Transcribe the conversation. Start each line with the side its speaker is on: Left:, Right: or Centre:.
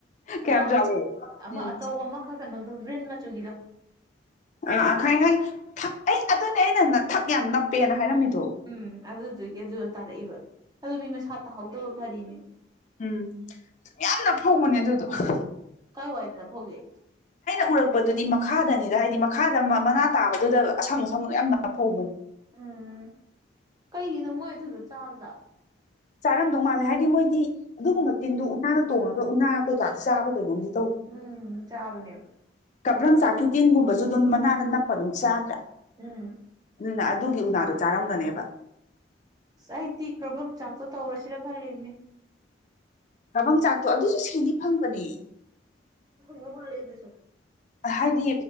Left: ꯀꯌꯥꯝ
Right: ꯑꯃ
Left: ꯆꯥꯎꯋꯤ
Right: ꯑꯃ
Left: ꯎꯝ
Right: ꯑꯆꯧꯕ ꯑꯃꯈꯛ ꯀꯩꯅꯣꯗꯣ ꯕꯔꯤꯟ ꯃꯆꯨꯒꯤꯗꯣ
Left: ꯑꯥ ꯈꯪ ꯈ ꯑꯩ ꯑꯗꯨꯅꯦ ꯑꯩꯅ ꯊꯛ ꯌꯥꯝ ꯅꯞꯄꯦꯅ ꯍꯥꯏꯔꯝꯃꯤꯗ
Right: ꯎꯝ ꯑꯗꯨꯗꯨꯒꯤ ꯑꯗꯨ ꯇꯥꯔꯛꯏꯕ ꯑꯗꯨ ꯃꯤ ꯃꯁꯥ ꯇꯥꯍꯧꯗꯕ ꯐꯔꯤꯅꯤ
Left: ꯎꯝ ꯌꯥꯝ <inaudible>
Right: ꯀꯥꯏ ꯋꯥꯏꯗꯅ ꯍꯒꯦ
Left: ꯄꯨꯔꯛꯄꯗꯨꯗꯤ ꯃꯈꯥꯗꯅꯤꯗ ꯍꯥꯏꯗꯤ ꯃꯈꯥꯗ ꯃꯅꯥ ꯇꯥꯕꯗꯨꯗ ꯑꯁꯪ ꯑꯁꯪ ꯌꯥꯝ ꯐꯧꯕꯅꯤ
Right: ꯎꯝ ꯀꯩꯒꯤꯅꯣ ꯃꯣꯏ ꯑꯗꯨꯗ ꯆꯥꯕꯖꯥꯕꯣ
Left: ꯆꯥꯔꯝꯗꯧ ꯃꯥꯜꯂꯦ ꯍꯥꯏꯗꯤ ꯃꯣꯏꯗꯤ ꯑꯗꯨꯒꯨꯝꯕ ꯇꯤꯟꯗꯨꯣ ꯎꯅꯥꯗ ꯇꯣꯡꯉꯒ ꯎꯅꯥ ꯀꯩꯀꯥ ꯆꯥꯕ ꯀꯩꯅꯣꯝꯗꯤ
Right: ꯎꯝ ꯆꯥꯕꯅꯦꯕ
Left: ꯀꯕ꯭ꯔꯪ ꯆꯥꯛꯀꯤ ꯇꯤꯟꯒꯨꯝꯕꯁꯨ ꯑꯗꯨꯝ ꯃꯅꯥꯗ ꯅꯞꯄ ꯑꯗꯨꯝ ꯆꯥꯗ꯭ꯔꯥ
Right: ꯑꯝ
Left: ꯑꯗꯨꯅ ꯑꯗꯨꯒꯤ ꯎꯅꯥꯗꯣ ꯆꯥꯔꯝꯒꯅꯦꯕ
Right: ꯑꯁ ꯑꯩꯗꯤ ꯀꯔꯝꯕ ꯆꯥꯛꯇꯣ ꯇꯧꯔꯁꯤꯔ ꯈꯜꯂꯤꯅꯦ
Left: ꯀꯥꯕꯪ ꯆꯥꯛꯇꯣ ꯑꯗꯨꯁꯨ ꯁꯦꯟꯗꯤ ꯐꯪꯕꯅꯤ
Right: ꯃ ꯍꯦ ꯑꯗꯨꯁꯨ
Left: ꯍꯥꯏꯗꯤ